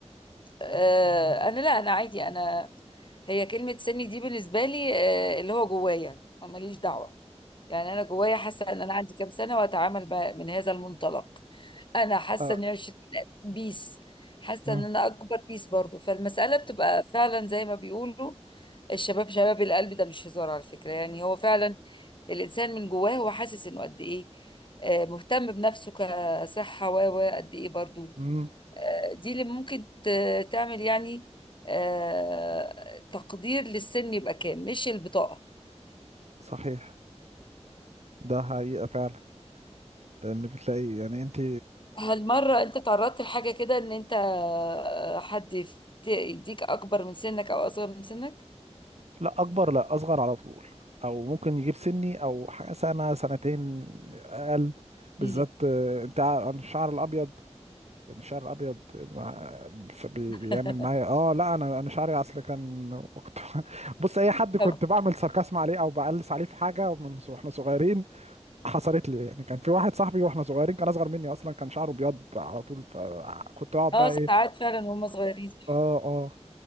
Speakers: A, on the left; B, on the right.
A: آه انا لا انا عادي انا هي كلمه سني دي بالنسبه لي آه اللي هو جوايا أنا ماليش دعوه يعني انا جوايا حاسه ان انا عندي كام سنه واتعامل بقى من هذا المنطلق انا حاسه
B: آه.
A: اني عشت بيس حاسه
B: آه.
A: ان انا اكبر بيس برضو فالمساله بتبقى فعلا زي ما بيقولوا الشباب شباب القلب ده مش هزار على فكره يعني هو فعلا الانسان من جواه هو حاسس انه قد ايه آه، مهتم بنفسه كصحه و و قد ايه برضو
B: امم
A: آه، دي اللي ممكن ت- تعمل يعني آه، تقدير للسن يبقى كام مش البطاقه
B: صحيح ده حقيقة فعلا لان بتلاقي يعني انت
A: هل مرة انت تعرضت لحاجة كده ان انت حد يفت- يديك اكبر من سنك او اصغر من سنك
B: لا اكبر لا اصغر على طول او ممكن يجيب سني او ح- سنه سنتين اقل بالذات
A: مم.
B: آه، انت ع- أنا الشعر الابيض كان الشعر الابيض مع- فبي-
A: <laughs>
B: بيعمل معايا اه لا انا انا شعري اصل كان كنت <laughs> بص اي حد كنت
A: طب
B: بعمل ساركاسم عليه او بقلص عليه في حاجه من س- واحنا صغيرين حصلت لي يعني كان في واحد صاحبي واحنا صغيرين كان اصغر مني اصلا كان شعره ابيض على طول فكنت اقعد
A: اه
B: بقى
A: ساعات
B: ايه
A: فعلا وهم صغيرين
B: اه اه